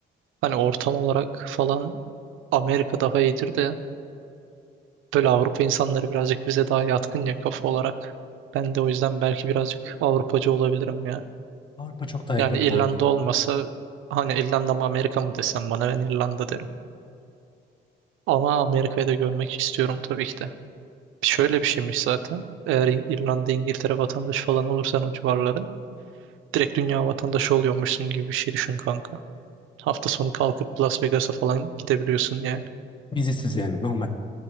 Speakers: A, on the right (about 80°); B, on the left (about 25°).
A: hani ortam olarak falan Amerika daha iyidir de böyle Avrupa insanları birazcık bize daha yatkın ya kafa olarak. Ben de o yüzden belki birazcık Avrupacı olabilirim ya.
B: Avrupa çok daha yakın
A: Yani
B: kanka.
A: İrlanda olmasa hani İrlanda mı Amerika mı desem bana ben İrlanda derim. Ama Amerika'yı da görmek istiyorum tabii ki de. Şöyle bir şeymiş zaten. Eğer İng- İrlanda, İngiltere vatandaşı falan olursan o civarların direkt dünya vatandaşı oluyormuşsun gibi bir şey düşün kanka. Hafta sonu kalkıp Las Vegas'a falan gidebiliyorsun yani.
B: Vizesiz yani normal.